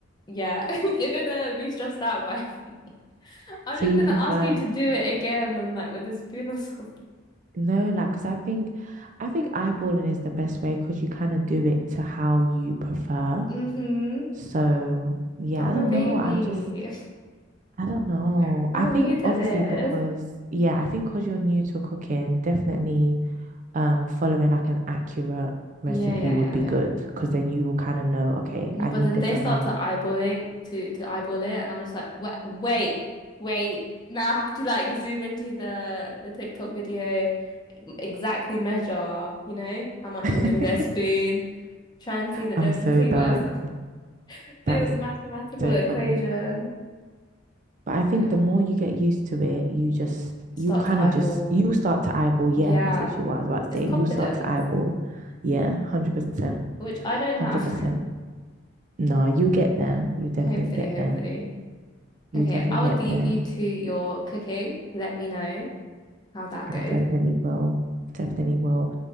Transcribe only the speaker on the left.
yeah, <laughs> you're gonna be stressed out by me. <laughs> I'm
just
gonna
ask you to do it again and like with a spoon or <laughs> something.
Mm-hmm.
I'm
a baby.
<laughs> I'm
new to
this.
Yeah, yeah,
yeah,
yeah.
No,
but
then
they
start to eyeballing to to eyeball it, and I'm just like, wait, wait, wait. Now I have to like zoom into the the TikTok video, e-, exactly measure, you know, how much
is in their spoon, try and see the
density,
whatever. <laughs> Do
a mathematical
equation.
Yeah,
start
to eyeball.
Yeah,
it's
confidence,
which
I don't have.
<laughs> Hopefully,
hopefully.
Okay,
I will
leave
you to your cooking. Let me know how that goes.